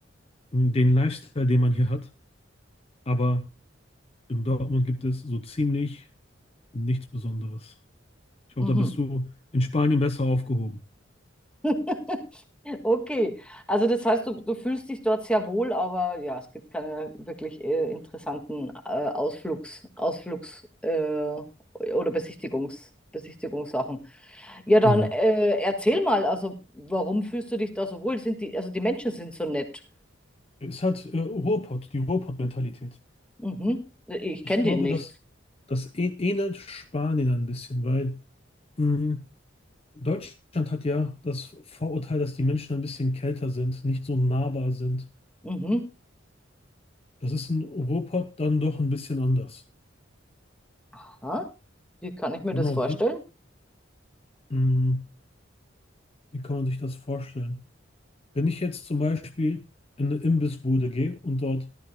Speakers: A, on the left (about 30°); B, in the centre.
A: den Lifestyle, den man hier hat. Aber in Dortmund gibt es so ziemlich Nichts Besonderes. Ich glaube,
B: mhm.
A: da bist du in Spanien besser aufgehoben.
B: <laughs> Okay, also das heißt, du, du fühlst dich dort sehr wohl, aber ja, es gibt keine wirklich äh, interessanten äh, Ausflugs, Ausflugs äh, oder Besichtigungs, Besichtigungssachen. Ja, dann
A: Genau.
B: äh, erzähl mal, also warum fühlst du dich da so wohl? Sind die, also die Menschen sind so nett.
A: Ist halt äh, Ruhrpott, die Ruhrpott-Mentalität.
B: Mhm. Ich
A: Ich
B: kenne
A: glaube,
B: die nicht.
A: dass das ä- ähnelt Spanien ein bisschen, weil mh, Deutschland hat ja das Vorurteil, dass die Menschen ein bisschen kälter sind, nicht so nahbar sind.
B: Mhm.
A: Das ist in Ruhrpott dann doch ein bisschen anders.
B: Aha. Wie kann ich mir
A: Genau,
B: das vorstellen?
A: hier, mh, wie kann man sich das vorstellen? Wenn ich jetzt zum Beispiel in eine Imbissbude gehe und dort